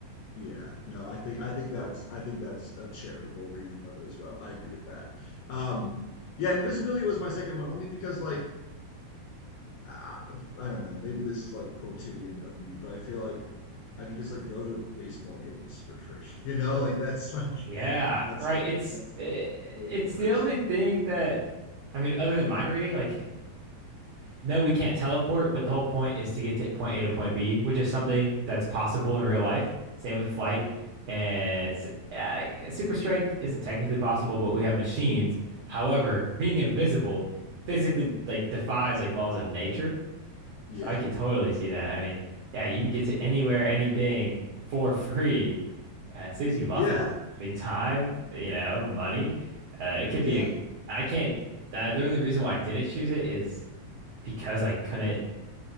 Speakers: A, on the left; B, on the right.
A: Yeah. No, I think I think that's I think that's a charitable reading of it as well. I agree with that. Um, yeah, invisibility was my second one only because like I, I don't know, maybe this is like quotidian of me, but I feel like I could just like go to baseball games for free. <laughs> You know, like that's like
B: Yeah,
A: that's
B: right.
A: like
B: It's
A: that's like
B: it,
A: where
B: it's
A: my
B: the
A: first
B: only thing that I mean, other than mind reading, like No, we can't teleport, but the whole point is to get to point A to point B, which is something that's possible in real life. Same with flight. And s- uh, super strength isn't technically possible, but we have machines. However, being invisible physically like defies like laws of nature.
A: yeah.
B: So I could totally see that. I mean, yeah, you can get to anywhere, anything for free. Uh, it saves you lots
A: Yeah.
B: of, I mean, time, you know, money. Uh, it could
A: Yeah.
B: be a, I can't, uh, the only reason why I didn't choose it is because I couldn't